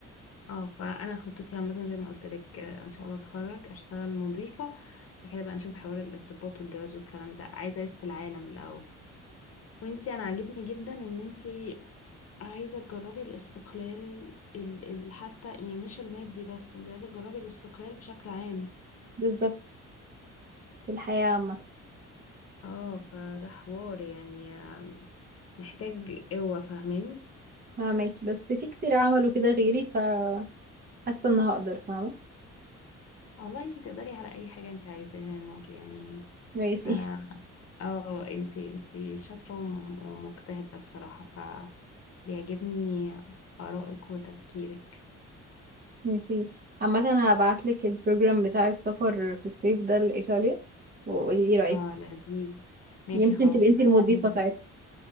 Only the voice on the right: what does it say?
بالظبط في الحياة عامة
فهماكي بس في كتير عملوا كده غيري فحاسة ان هقدر فاهمة
ميرسي
ميرسي <laughs> عامة هبعتلك البروجرام بتاع السفر في الصيف ده لإيطاليا وقولي لي رأيك
يمكن
تبقي انتي
المضيفة ساعتها